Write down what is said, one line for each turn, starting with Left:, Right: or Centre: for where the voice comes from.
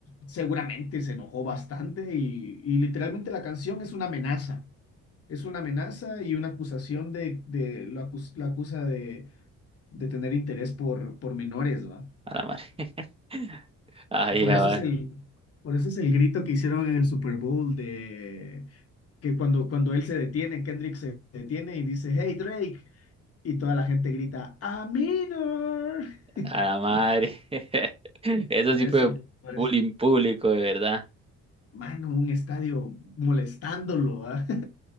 Left: seguramente se enojó bastante y, y literalmente la canción es una amenaza, es una amenaza y una acusación de, de lo acus- la acusa de, de tener interés por, por menores, ¿va?
Right: A la madre. <laughs> Ay,
Left: Por
Right: a
Left: eso es el, por eso es el grito que hicieron en el Super Bowl de que cuando, cuando él se detiene, Kendrick se detiene y dice, Hey Drake, y toda la gente grita, A minor. <laughs>
Right: a la madre. <laughs> Eso
Left: Por
Right: sí
Left: eso,
Right: fue
Left: por
Right: bullying
Left: eso.
Right: público, de verdad.
Left: Mano, un estadio molestándolo, ¿ah?